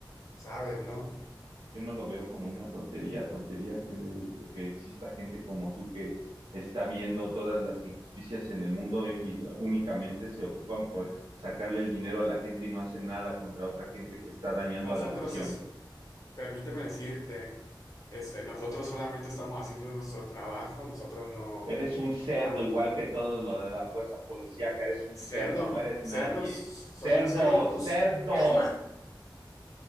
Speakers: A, on the left (about 40°); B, on the right (about 80°).
A: sabes, ¿no?
B: Yo no lo veo como una tontería, tontería que, que exista gente como tú que está viendo todas las injusticias en el mundo y, y únicamente se ocupan por sacarle el dinero a la gente y no hacen nada contra otra gente que está dañando
A: Nosotros,
B: a la nación.
A: es, permíteme decirte, este, nosotros solamente estamos haciendo nuestro trabajo, nosotros no,
B: Eres un cerdo,
A: no,
B: igual que todo lo de la fuerza policíaca, eres un
A: cerdo,
B: cerdo, no eres
A: cerdos,
B: nadie.
A: soy
B: Cerdo,
A: un cerdo,
B: cerdo.
A: pues toma.